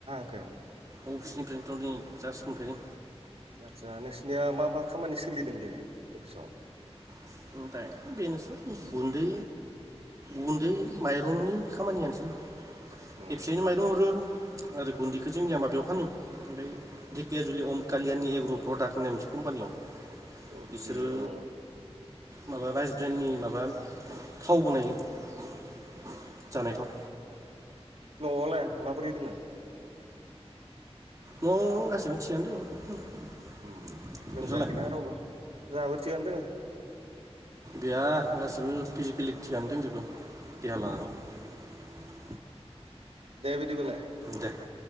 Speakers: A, on the right; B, on the right.
A: <unintelligible>
B: अफिसनिफ्रायनोन्थ' नै। जास मोनफायदों।
A: आदसा नोंसिनिया मा मा खामानि सोलिदों दे? अफिसाव।
B: <inaudible> बेनोसै गुन्दै गुन्दै माइरंनि खामानियानोसै
A: उम
B: एबसयनो माइरं हरो आरो गुन्दैखौ जोंनिया माबायाव फानो ओमफ्राय धेकियााजुलि अम कालियााननि एग्र' प्रडाक्ट होननाय मोनसे कम्पानियाव
A: अके
B: बिसोरो
A: अ
B: माबा राइस ब्रेन्नि माबा थावबो <unintelligible> जानायथाव।
A: न'आवलाय माबोरै दोङो?
B: न' गासैबो थिगानो दं
A: उम लोमजायाखैना
B: नोंसोरलाय
A: रावबो जोंहाबो थिगानो दोङो
B: गैया गासैबो फिजिकेलि थिगानो दंजोबो देहा लानानै।
A: दे बिदिबालाय।
B: दे